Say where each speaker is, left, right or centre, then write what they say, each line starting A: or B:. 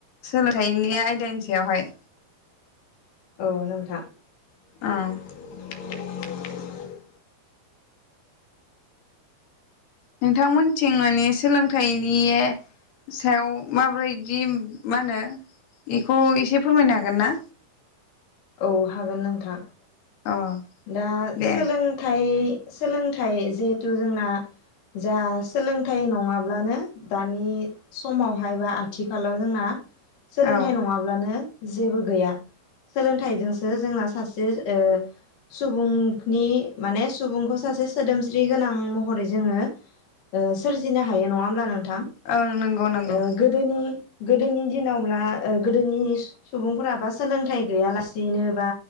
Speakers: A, on the left; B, on the left.
A: सोलोंथाइनि आयदानि सायावहाय
B: औ नोंथां
A: औ नोंथांमोनथिं माने सोलोंथाइनि सायाव माब्रैदि मा होनो इखौ एसे फोरमायनो हागोन ना
B: औ हागोन नोंथां
A: अ
B: दा
A: दे
B: सोलोंथाइ सोलोंथाइ जिहेथु जोंना जा सोलोंथाइ नङाब्लानो दानि समावहाय बा आथिखालाव जोंना सोलोंथाइ
A: औ
B: नङाब्लानो जेबो गैया सोलोंथाइजोंसो जोंना सासे ओ सुबुंनि माने सुबुंखौ सासे सोदोमस्रि गोनां महरै जोङो ओ सोरजिनो हायो नङा होमब्ला नों थां
A: ओं नंगौ नंगौ
B: ओ गोदोनि गोदोनि दिनावब्ला ओ गोदोनि सुबुंफोराबा सोलोंथाइ गैयालासेनो बा